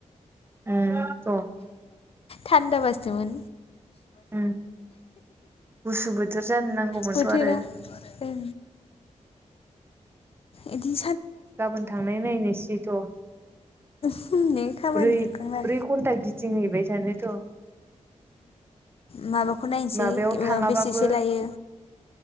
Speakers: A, on the right; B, on the left.
A: उम
B: थान्दा बासोमोन।
A: ओम गुसु बोथोर जानो नांगौमोनथ'
B: बोथोरा
A: आरो
B: ओं इदि
A: गाबोन थांनाय नायनोसै थ'।
B: फुंनो खामानि
A: ब्रै
B: जोबखांनानै
A: ब्रै घन्टा गिदिंहैबाय थानो थ'।
B: माबाखौ नायनोसै
A: माबायाव थाङाबाबो
B: बेसेसो लायो।